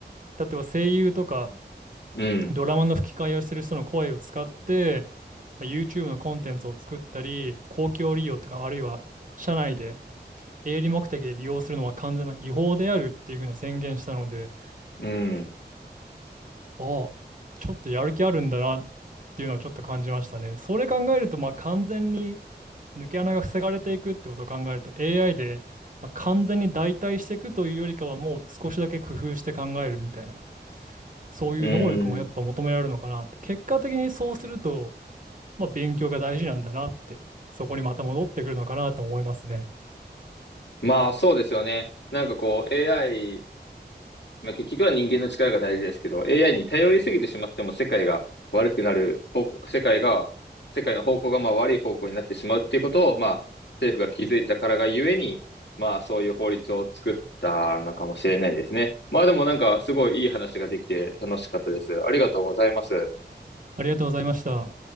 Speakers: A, on the right (about 50°); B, on the left (about 80°).
A: 例えば声優とか
B: うん、
A: ドラマの吹き替えをする人の声を使って、まあ YouTube のコンテンツを作ったり、公共利用とか、あるいは社内で営利目的で利用するのは完全な違法であるっていうふうな宣言したので、
B: うん、
A: ああ、ちょっとやる気あるんだなっていうのはちょっと感じましたね。それ考えると、まあ完全に抜け穴が防がれていくってことを考えると AI で、まあ完全に代替していくというよりかはもう少しだけ工夫して考えるみたいなそういう能力もやっぱ求められるのかなって結果的にそうすると
B: うん。
A: まあ、勉強が大事なんだなって、そこにまた戻ってくるのかなと思いますね。
B: まあ、そうですよね。なんかこう、AI まあ、結局は人間の力が大事ですけど、AI に頼りすぎてしまっても世界が悪くなる方向、世界が、世界の方向がまあ悪い方向になってしまうっていうことを、まあ、政府が気づいたからがゆえに、まあ、そういう法律を作ったのかもしれないですね。まあ、でもなんか、すごいいい話ができて楽しかったです。ありがとうございます。
A: ありがとうございました。